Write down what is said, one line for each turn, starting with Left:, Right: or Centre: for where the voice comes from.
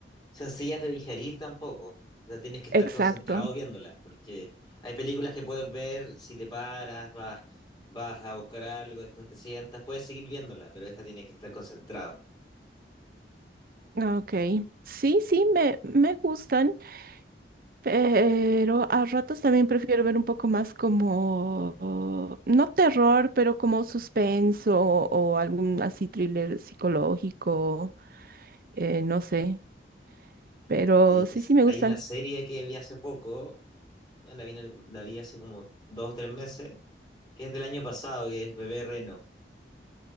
Left: sencillas de digerir tampoco. O sea, tienes que estar
Right: Exacto.
Left: concentrado viéndolas, porque hay películas que puedes ver si te paras, vas, vas a buscar algo, después te sientas, puedes seguir viéndola, pero esta tienes que estar concentrado.
Right: Ok. Sí, sí, me, me gustan. Pero a ratos también prefiero ver un poco más como, no terror, pero como suspenso o algún así thriller psicológico, eh, no sé. Pero
Left: Ahí estás
Right: sí, sí me
Left: hay
Right: gustan.
Left: una serie que vi hace poco, la vi, en algún- la vi hace como dos o tres meses, que es del año pasado, que es Bebé Reno.